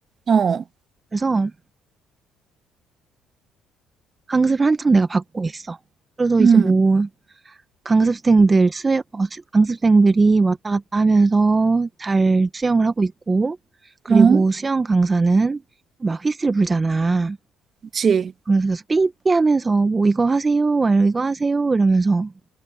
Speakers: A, on the right; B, on the right.
A: 어.
B: 그래서 강습을 한창 내가 받고 있어. 그래서 이제
A: 음.
B: 뭐 강습생들 수 어, 강습생들이 왔다 갔다 하면서 잘 수영을 하고 있고 그리고
A: 어?
B: 수영 강사는 막 휘슬 불잖아.
A: 그치.
B: 그래서 계속 삐삐 하면서 뭐 이거 하세요, 막 이거 하세요 이러면서